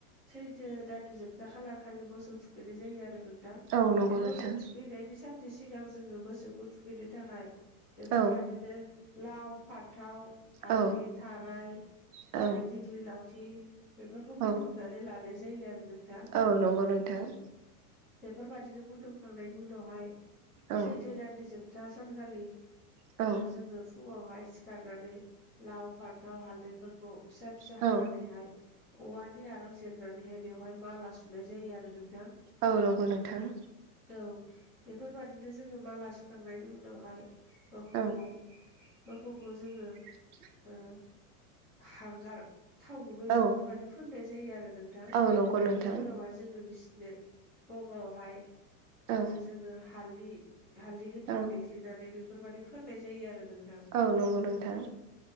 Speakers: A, in the centre; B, on the right.
A: सैथो दाननि जोबथा खालार खालि मोसौ थुखैनाय जायो आरो नों थां
B: औ नंगौ
A: बे मोसौ
B: नोंथां
A: थुखैनायनि सान से सिगां जोङो मोसौखौ थुखैनो थाखाय बेफोरबादिनो
B: औ
A: लाव फान्थाव हालदि
B: औ
A: थाराय
B: औ
A: ओ दिग्लि लावथि बेफोरखौ
B: औ
A: बुथुमनानै लानाय जायो आरो नोंथां।
B: औ नंगौ नोंथां।
A: बेफोरबादिनो बुथुमखांनायनि उनावहाय
B: औ
A: सैथो दाननि जोब था सानखालि
B: औ
A: ओ जोङो फुङावहाय सिखारनानै लाव फान्थाव हालदैफोरखौ फिसा फिसा
B: औ
A: हानानैहाय औवानि आराव जिरनानैहाय बेवहाय माला सुनाय जायो आरो नोंथां।
B: औ नंगौ नोंथां।
A: औ बेफोरबादिनो जोङो माला सुखांनायनि उनावहाय मोखौखौ
B: औ
A: मोफौखौ जोङो
B: <inaudible>
A: ओ हांगार थाव गुबै
B: औ
A: बेफोरबायदि फोननाय जायो आरो नों थां
B: औ नंगौ नोंथां
A: बेनि उनावहाय जोङो बिसनो खमावहाय
B: औ
A: जोङो हालदि हालदै गोथां
B: औ
A: देग्लिनानै बेफोरबाददि फोननाय जायो आरो नों
B: औ नंगौ नोंथां।